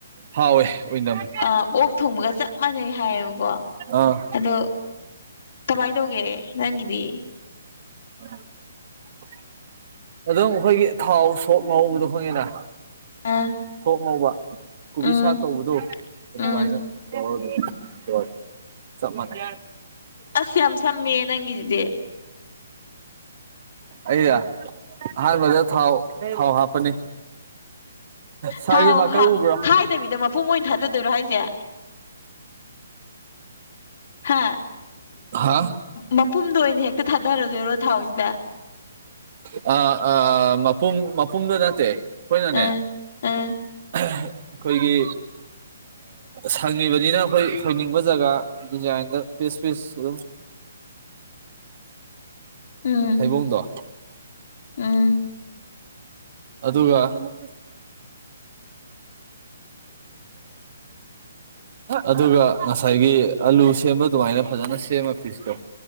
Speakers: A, on the right (about 50°); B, on the left (about 60°).
A: ꯍꯥꯎꯋꯦ ꯑꯣꯏꯅꯝꯃꯦ
B: ꯑ ꯑꯣꯛ ꯊꯣꯡꯕꯒ ꯆꯞ ꯃꯥꯟꯅꯩ ꯍꯥꯏꯌꯦꯕꯀꯣ
A: ꯑꯥ
B: ꯑꯗꯣ ꯀꯃꯥꯏ ꯇꯧꯒꯦ ꯅꯪꯒꯤꯗꯤ
A: <unintelligible> ꯑꯗꯨꯝ ꯑꯩꯈꯣꯏꯒꯤ ꯊꯥꯎ ꯁꯣꯛ ꯉꯧꯕꯗꯣ ꯈꯪꯉꯤꯅ
B: ꯑ
A: ꯁꯣꯛ ꯉꯧꯕ ꯀꯨꯕꯤ
B: ꯎꯝ
A: ꯁꯥꯛ ꯇꯧꯕꯗꯣ ꯑꯗꯨꯃꯥꯏꯅ
B: ꯎꯝ
A: ꯇꯧꯔꯣ ꯑꯗꯨꯝ ꯂꯣꯢꯔꯦ ꯆꯞ ꯃꯥꯅꯩ
B: ꯑꯁ ꯌꯥꯝ ꯁꯃꯦ ꯍꯦ ꯅꯪꯒꯤꯖꯤꯗꯤ
A: ꯑꯩꯌ ꯑꯍꯥꯟꯕꯗ ꯊꯥꯎ ꯊꯥꯎ ꯍꯥꯞꯄꯅꯤ ꯁꯥꯔꯒꯤ
B: ꯊꯥꯎ
A: ꯃꯥꯔꯀꯔ
B: ꯍꯥꯞ-ꯈꯥꯏꯗꯕꯤꯗ
A: ꯎꯕ꯭ꯔꯣ
B: ꯃꯄꯨꯡ ꯑꯣꯏꯅ ꯊꯥꯗꯗꯣꯏꯔꯣ ꯍꯥꯏꯁꯦ ꯍꯥ
A: ꯍꯥ
B: ꯃꯄꯨꯝꯗꯣ ꯑꯣꯏꯅ ꯍꯦꯛꯇ ꯊꯥꯗꯔꯗꯣꯏꯔꯣ ꯊꯥꯎꯁꯤꯗ
A: ꯑ ꯑ ꯃꯄꯨꯡ ꯃꯄꯨꯡꯗꯨ ꯅꯠꯇꯦ ꯑꯩꯈꯣꯏꯅꯅꯦ
B: ꯑꯥ ꯑꯥ
A: ꯑꯩꯈꯣꯏꯒꯤ ꯁꯪꯉꯤꯕꯅꯤꯅ ꯑꯩꯈꯣꯏ ꯍꯪꯅꯤꯡꯕ ꯖꯒꯥ ꯗꯤꯖꯥꯏꯟꯗ ꯄꯤꯁ ꯄꯤꯁ ꯑꯗꯨꯝ
B: ꯎꯝ
A: ꯊꯩꯕꯣꯡꯗꯣ
B: ꯎꯝ
A: ꯑꯗꯨꯒ <unintelligible> ꯑꯗꯨꯒ ꯉꯁꯥꯏꯒꯤ ꯑꯂꯨ ꯁꯦꯝꯕ ꯑꯗꯨꯃꯥꯏꯅ ꯐꯖꯅ ꯁꯦꯝꯃ ꯄꯤꯁꯇꯣ